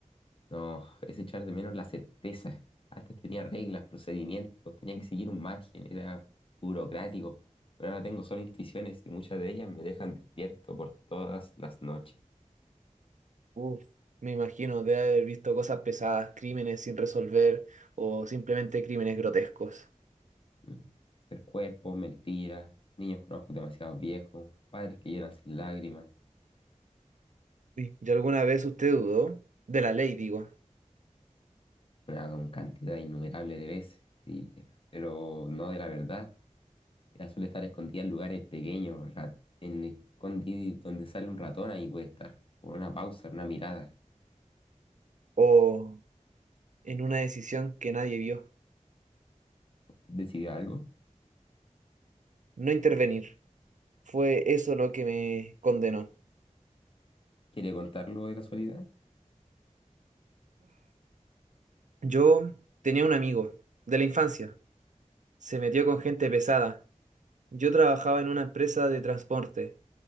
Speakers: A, on the left (about 45°); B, on the right (about 70°).
A: No, es echar de menos la certeza. Antes tenía reglas, procedimientos, tenía que seguir un margen, era burocrático. Pero ahora tengo solo intuiciones y muchas de ellas me dejan despierto por todas las noches.
B: Uf, me imagino de haber visto cosas pesadas, crímenes sin resolver o simplemente crímenes grotescos.
A: Mm, Ser cuerpo, mentira, niños con ojos demasiado viejos, padres que lloran sin lágrimas,
B: Uy, ¿Y alguna vez usted dudó? De la ley, digo.
A: una gran cantidad innumerable de veces, diría, pero no de la verdad. Ella suele estar escondida en lugares pequeños, ra- en escondi- donde sale un ratón, ahí puede estar, con una pausa, una mirada.
B: O en una decisión que nadie vio.
A: ¿Usted decidió algo?
B: No intervenir. Fue eso lo que me condenó.
A: ¿Quiere contarlo de casualidad?
B: Yo tenía un amigo de la infancia. Se metió con gente pesada. Yo trabajaba en una empresa de transporte.